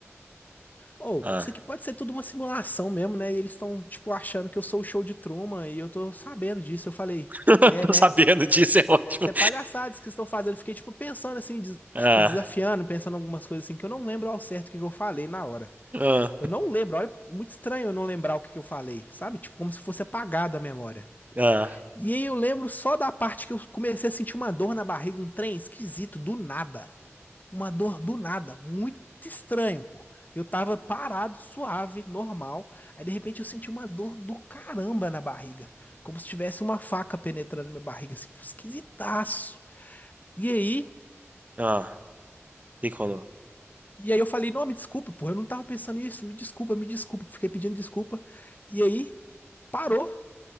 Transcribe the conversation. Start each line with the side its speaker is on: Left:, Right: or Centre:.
Left: ou
Right: ah.
Left: isso aqui pode ser tudo uma simulação mesmo, né? E eles estão, tipo, achando que eu sou o show de Truman e eu tô sabendo disso. Eu falei:
Right: <laughs>
Left: é,
Right: Tô
Left: né?
Right: sabendo disso, é ótimo.
Left: Isso é palhaçadas que estão fazendo. Eu fiquei, tipo, pensando assim, des-
Right: Ah,
Left: tipo, desafiando, pensando algumas coisas assim, que eu não lembro ao certo o que que eu falei na hora.
Right: ah.
Left: Eu não lembro, olha, muito estranho eu não lembrar o que que eu falei, sabe? Tipo, como se fosse apagado a memória.
Right: Ah,
Left: E aí eu lembro só da parte que eu comecei a sentir uma dor na barriga, um trem esquisito, do nada. Uma dor do nada, muito estranho, pô. Eu tava parado, suave, normal. Aí de repente eu senti uma dor do caramba na barriga. Como se tivesse uma faca penetrando na minha barriga, assim, esquisitaço. E aí,
Right: ah, e colou.
Left: e aí eu falei, não, me desculpa, pô, eu não tava pensando nisso, me desculpa, me desculpa. Fiquei pedindo desculpa. E aí, parou